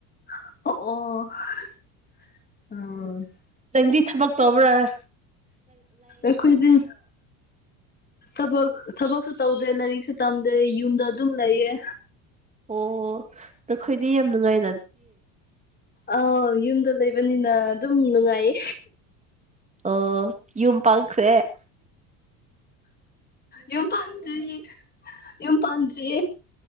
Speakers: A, on the left; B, on the right.
A: ꯑꯣ ꯑꯣ ꯎ
B: ꯍꯤꯟꯗꯤ ꯊꯕꯛ ꯇꯕ꯭ꯔꯥ
A: ꯑꯩꯈꯣꯏꯗꯤ ꯊꯕꯛ ꯊꯕꯛꯁꯨ ꯇꯧꯗꯦ ꯂꯥꯏꯔꯤꯛꯁꯦ ꯇꯝꯗꯦ ꯌꯨꯝꯗ ꯑꯗꯨꯝ ꯂꯩꯌꯦ
B: ꯑꯣ ꯅꯈꯣꯏꯗꯤ ꯌꯥꯝ ꯅꯨꯡꯉꯥꯏ
A: ꯑꯥꯎ ꯌꯨꯝꯗ ꯂꯩꯕꯅꯤꯅ ꯑꯗꯨꯝ ꯅꯨꯡꯉꯥꯏꯌꯦ
B: ꯑꯣ ꯌꯨꯝ ꯄꯥꯡꯈ꯭ꯔꯦ
A: ꯌꯨꯝ ꯄꯥꯟꯗ꯭ꯔꯤ ꯌꯨꯝ ꯄꯥꯟꯔꯤ